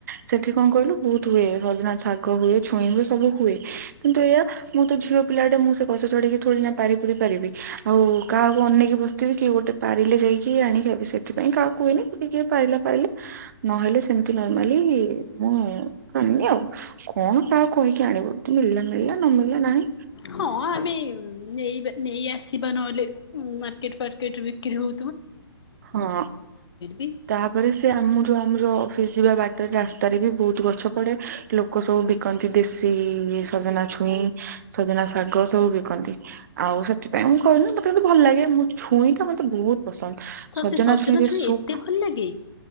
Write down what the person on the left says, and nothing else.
ହଁ ଆମେ ନେଇବା, ନେଇ ଆସିବା ନହେଲେ, ମାର୍କେଟ ଫାର୍କେଟ ବିକ୍ରି ହଉ
ବି
ତତେ
ଛୁଇଁ
ଏତେ ଭଲ ଲାଗେ?